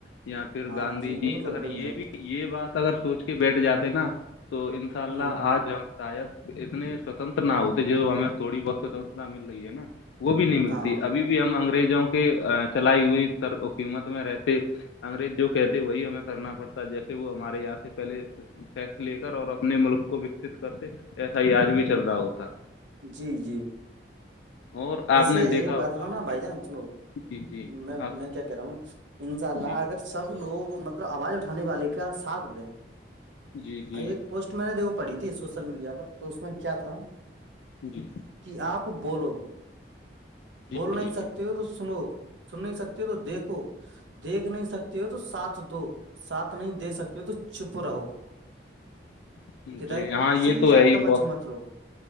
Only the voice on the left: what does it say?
یا پھر
گاندھی
جی اگر
یہ بھی یہ بات اگر سوچ کے بیٹھ جاتے نا تو ان شاء اللہ
آج ہم شاید اتنے سوتنتر نہ ہوتے جو ہمیں تھوڑی بہت سوتنرتا مل رہی ہے نا وہ بھی نہیں ملتی
ابھی بھی ہم انگریزوں کے چلائی ہوئی قیمت میں رہتے انگریز جو کہتے وہی ہمیں کرنا پڑتا ہے جیسے وہ ہمارے یہاں سے پہلے ٹیکس لے کر اور اپنے ملک کو وکست کرتے ایسا ہی آج بھی چل رہا ہوتا
اور
آپ نے دیکھا
ہوگا
جی جی
آپ
جی
جی جی
جی
جی
جی
جی ہاں
یہ
تو
ہے ہی
بہت